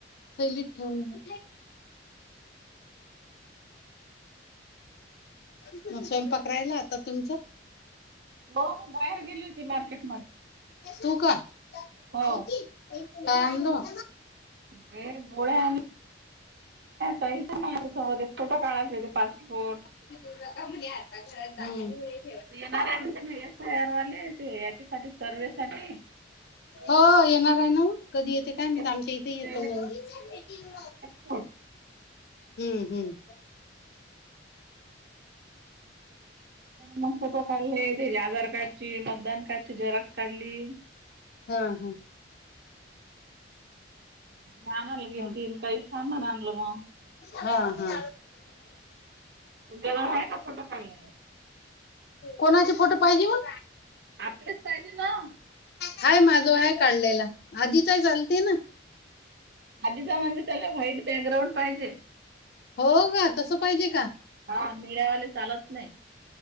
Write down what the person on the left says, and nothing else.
थैलीत ठेवीन, हं.
मगं
स्वयंपाक
राहिला, आता तुमचा.
तू का,
काय आणलं.
हम्म.
हो येणार आहे ना, कधी येते काय माहित
आमच्या इथे येतो म्हणे
हम्म हम्म.
हा हा.
हा.
हा हा.
कोणाचे फोटो पाहिजे म हो?
हाय माझं जवळ आहे काढलेला आधीचाय चालतंय ना?
हो का तसं, पाहिजे कां.